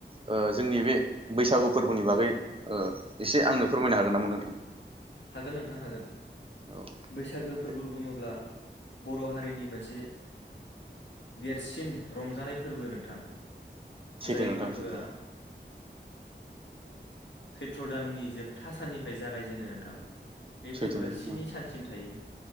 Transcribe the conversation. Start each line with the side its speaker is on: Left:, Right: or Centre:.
Right: ओ जोंनि बे बैसागु फोरबोनि बागै ओ एसे आंनो फोरमायनो हागोन नामा नोंथां
Left: हागोन नोंथां हागोन
Right: औ
Left: बैसागो फोरबो
Right: दे
Left: बुङोब्ला बर' हारिनि मोनसे देरसिन रंजानाय फोरबो नोंथां
Right: सैथो
Left: जाय
Right: नोंथां
Left: फोरबोआ
Right: सैथो
Left: सैत्र दाननि जोबथा साननिफ्राय जागायजेनो नोंथां बे
Right: सैथो
Left: फोरबोआ
Right: नोंथां
Left: स्नि सानसिम थायो